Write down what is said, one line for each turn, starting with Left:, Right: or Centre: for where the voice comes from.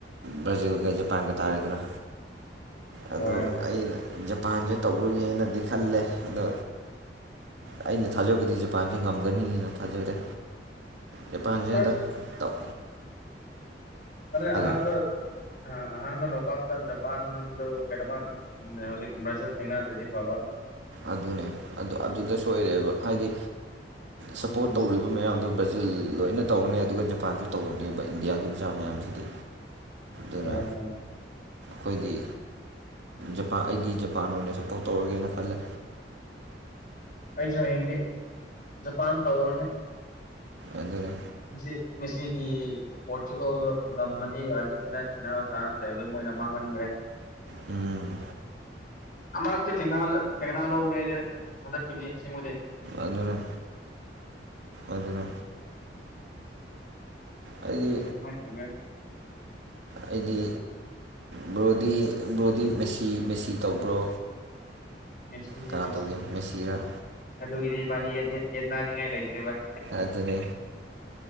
Right: ꯕ꯭ꯔꯥꯖꯤꯜꯒ ꯖꯄꯥꯟꯒ ꯇꯥꯔꯦꯗꯅ ꯑꯗꯣ
Left: ꯍꯣꯏ
Right: ꯑꯩꯅ ꯖꯄꯥꯟꯖꯦ ꯇꯧꯕꯒꯦꯅꯗꯤ ꯈꯜꯂꯦ ꯑꯗꯣ ꯑꯩꯅ ꯊꯥꯖꯕꯗꯤ ꯖꯄꯥꯟꯁꯦ ꯉꯝꯒꯅꯤꯅ ꯊꯥꯖꯔꯦ ꯖꯄꯥꯟꯁꯦ
Left: ꯐꯥꯔꯁ
Right: ꯍꯟꯗꯛ ꯇꯧ
Left: ꯑꯅꯦ
Right: ꯍꯜꯂꯣ
Left: ꯑꯍꯥꯟꯕ ꯑꯍꯥꯟꯕ ꯅꯣꯀꯥꯛꯇ ꯖꯄꯥꯟꯗꯣ ꯀꯩꯩꯅꯣꯃ ꯎꯝꯅꯦ ꯍꯧꯖꯤꯛ ꯕ꯭ꯔꯥꯖꯤꯜ ꯊꯦꯡꯅꯗ꯭ꯔꯗꯤ ꯐꯕ
Right: ꯑꯗꯨꯅꯦ ꯑꯗꯨ ꯑꯗꯨꯗ ꯁꯣꯏꯔꯦꯕ ꯍꯥꯏꯗꯤ
Left: ꯎꯝ
Right: ꯁꯞꯄꯣꯔꯠ ꯇꯧꯔꯤꯕ ꯑꯗꯨ ꯃꯌꯥꯝꯗꯣ ꯕ꯭ꯔꯥꯖꯤꯜ ꯂꯣꯏꯅ ꯇꯧꯔꯅꯦ ꯑꯗꯨꯒ ꯖꯄꯥꯟꯖꯨ ꯇꯧꯔꯅꯦꯕ ꯏꯟꯗꯤꯌꯥꯒꯤ ꯃꯆꯥ ꯃꯌꯥꯝꯁꯤꯗꯤ ꯗꯨꯅ
Left: ꯍꯣꯏ ꯍꯣꯏ
Right: ꯈꯣꯏꯗꯤ ꯖꯄꯥꯟ ꯑꯩꯗꯤ ꯖꯄꯥꯟ ꯑꯣꯏꯅ ꯁꯞꯄꯣꯔꯠ ꯇꯧꯔꯒꯦꯅ ꯈꯜꯂꯦ
Left: ꯑꯩꯁꯤ ꯍꯌꯦꯡꯗꯤ ꯖꯄꯥꯟ ꯇꯧꯔꯅꯤ
Right: ꯑꯗꯨꯅꯦ
Left: ꯃꯤꯁꯤ ꯃꯦꯁꯤꯒꯤ ꯄꯣꯔꯇꯨꯒꯜꯗꯣ ꯉꯝꯃꯗꯤ ꯑꯥꯔꯖꯦꯟꯇꯤꯅꯥ ꯊꯦꯡꯅꯕ ꯆꯥꯟꯁ ꯂꯩꯕꯗ ꯃꯣꯏꯅ ꯃꯥꯡꯍꯟꯒ꯭ꯔꯦ
Right: ꯎꯝ
Left: ꯑꯃꯔꯛꯇꯤ ꯊꯦꯡꯅꯥꯜ ꯊꯦꯡꯅꯂꯣꯒꯦꯗꯦ ꯍꯟꯗꯛꯀꯤꯗꯤ ꯁꯦꯡꯕꯗꯤ
Right: ꯑꯗꯨꯅꯦ ꯑꯗꯨꯅꯦ ꯑꯩꯗꯤ
Left: ꯍꯪꯗꯦ ꯑꯗꯨꯃꯥꯥꯏ ꯊꯣꯡꯉꯦ
Right: ꯑꯩꯗꯤ ꯕ꯭ꯔꯣꯗꯤ ꯕ꯭ꯔꯣꯗꯤ ꯃꯦꯁꯤ ꯃꯦꯁꯤ ꯇꯧꯕ꯭ꯔꯣ
Left: ꯃꯦꯁꯤꯅꯤ
Right: ꯀꯅꯥ
Left: ꯃꯦꯁꯤꯅꯤ
Right: ꯇꯧꯒꯦ ꯃꯦꯁꯤꯔꯥ
Left: ꯑꯗꯨꯒꯤꯅꯤ ꯏꯕꯥꯅꯤ ꯌꯦꯠꯅ ꯌꯦꯠꯅꯅꯤꯡꯉꯥꯏ ꯂꯩꯇ꯭ꯔꯤꯕꯥꯏ
Right: ꯑꯗꯅꯦ